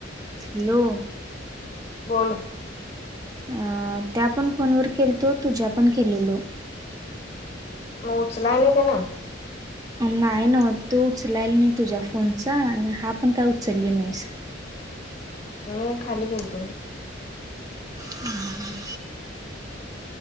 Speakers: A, on the right; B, on the left.
A: हॅलो
B: बोल
A: अ त्या पण फोनवर केल तो तुझ्या पण केलेलो
B: मग उचलाय नाही त्या ना
A: नाय नावतो उचलायला नाही तुझ्या फोनचा आणि हा पण काय उचलली नाही स
B: मी खाली गेलतो
A: हम हा